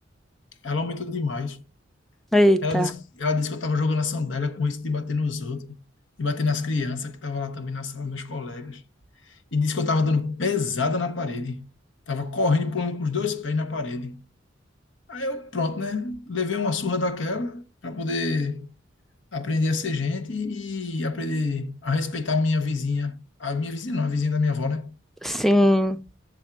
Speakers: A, on the left; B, in the centre.
A: Ela aumentou demais.
B: <laughs> Eita.
A: Ela disse, ela disse que eu tava jogando a sandália com risco de bater nos outros, de bater nas crianças que estavam lá também na sala, meus colegas. E disse que eu tava dando pesada na parede. Tava correndo e pulando com os dois pés na parede. Aí eu, pronto, né? Levei uma surra daquela para poder aprender a ser gente e, e aprender a respeitar a minha vizinha. A minha vizinha não, a vizinha da minha avó, né?
B: Sim.